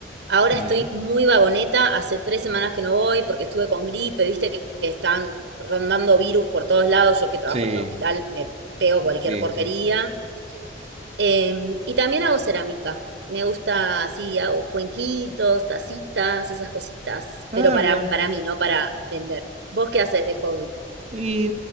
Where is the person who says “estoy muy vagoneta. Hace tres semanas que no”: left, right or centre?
Right